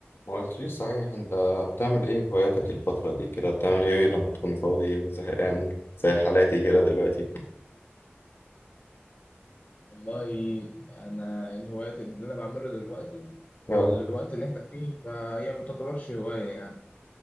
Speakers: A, on the left; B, on the left.
A: ما قلتليش صحيح انت بتعمل ايه هواياتك الفترة دي كده بتعمل ايه لما تكون فاضي وزهقان زي حالاتي كده دلوقتي
B: والله انا الهوايات اللي انا بعمله دلوقتي
A: اه
B: في الوقت اللي احنا فيه فهي ما تعتبرش هوايه يعني